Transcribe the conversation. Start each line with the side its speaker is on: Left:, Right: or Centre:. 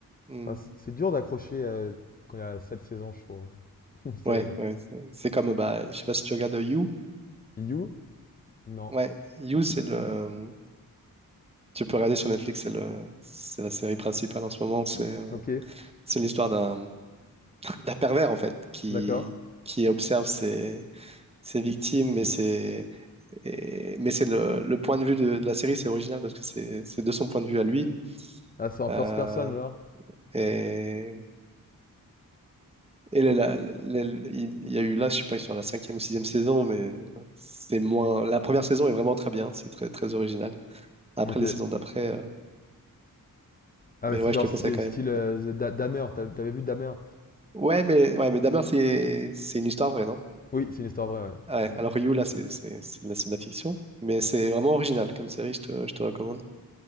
Right: Mm.
Left: Enfin, c- c'est dur d'accrocher euh, quand il y a 7 saisons, je trouve, <laughs> une série,
Right: ouais,
Left: là.
Right: ouais, C'est c'est comme, bah, je sais pas si tu regardes euh, You.
Left: You? Non.
Right: Ouais, You, c'est le. Tu peux regarder sur Netflix, c'est le, c'est la série principale en ce moment. C'est, euh,
Left: Ok,
Right: c'est l'histoire d'un, d'un pervers, en fait, qui,
Left: d'accord.
Right: qui observe ses, ses victimes, mais c'est, et- mais c'est le, le point de vue de, de la série, c'est original parce que c'est, c'est de son point de vue à lui.
Left: Ah, c'est en first
Right: Euh,
Left: person, genre.
Right: et Et la- la- la- il il y a eu là, je sais pas, ils sont à la cinquième ou sixième saison, mais c'est moins. La première saison est vraiment très bien, c'est très très original. Après
Left: Ok.
Right: les saisons d'après, euh,
Left: Ah,
Right: mais
Left: mais c'est
Right: ouais,
Left: genre
Right: je te le
Left: c'est
Right: conseille quand
Left: style
Right: même.
Left: euh, The Da- Dahmer. T'as- T'avais vu Dahmer?
Right: Ouais, mais ouais, mais Dahmer, c'est c'est une histoire vraie, non?
Left: Oui, c'est une histoire vraie, ouais.
Right: Ouais.
Left: Mm.
Right: Alors que You là, c'est c'est c'est de la, c'est de la fiction, mais c'est vraiment original comme série, je te je te recommande.